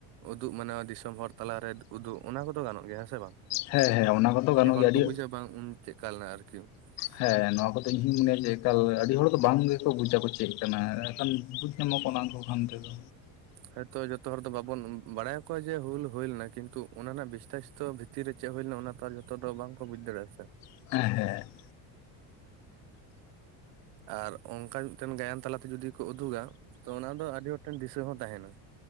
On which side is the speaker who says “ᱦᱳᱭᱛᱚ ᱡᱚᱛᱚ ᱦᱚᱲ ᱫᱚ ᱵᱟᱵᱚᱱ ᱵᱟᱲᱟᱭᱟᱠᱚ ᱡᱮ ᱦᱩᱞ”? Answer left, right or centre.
Right